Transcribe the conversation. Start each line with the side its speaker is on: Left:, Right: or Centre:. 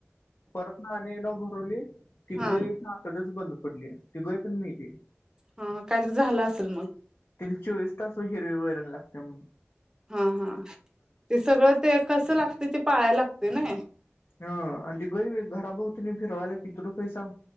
Left: परत ना अनेक नाव भरवली, ती
Right: हा
Left: गय आतडच बंद पडलीया ती गय पण मेली.
Right: हा हा काहीतरी झालं असेल मग!
Left: तिला चोवीस तास! हिरवी वैरण लागते म्हणून!
Right: हा हा ते सगळं ते कसं लागतय! ते पाहाया लागत! ते नाही
Left: ह आणि ती गाई घरा भोवतीनी फिरवायला किती रुपय सांग